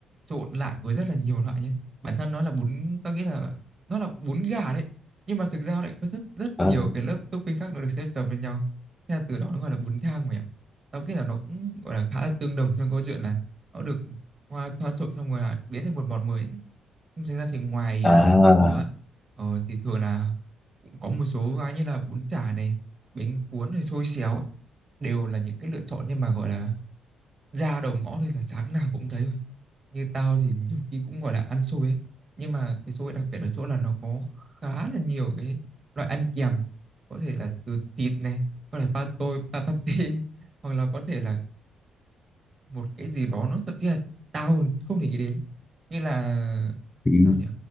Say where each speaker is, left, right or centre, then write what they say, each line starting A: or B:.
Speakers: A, on the right (about 35°); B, on the left (about 20°).
A: trộn lại với rất là nhiều loại nhé bản thân nó là bún tao nghĩ là nó là bún gà đấy nhưng mà thực ra lại có rất rất
B: ờ,
A: nhiều cái lớp topping khác nó được xếp chồng lên nhau thế là từ đó nó gọi là bún thang mày ạ tao nghĩ là nó cũng gọi là khá là tương đồng trong câu chuyện là nó được hoa thoa trộn xong rồi là biến thành một món mới ấy. Nhưng Thực ra thì ngoài
B: à,
A: phở á, ờ, thì thường là cũng có một số cái như là bún chả này, bánh cuốn này, xôi xéo á, đều là những cái lựa chọn nhưng mà gọi là ra đầu ngõ thôi là sáng nào cũng thấy thôi. Như tao thì nhiều khi cũng gọi là ăn xôi ấy, nhưng mà cái xôi đặc biệt ở chỗ là nó có khá là nhiều cái loại ăn kèm, có thể là từ thịt này, có thể pa tôi, pa pate, <laughs> hoặc là có thể là một cái gì đó nó thậm chí là tao không thể nghĩ đến như là
B: ừ,
A: sao nhỉ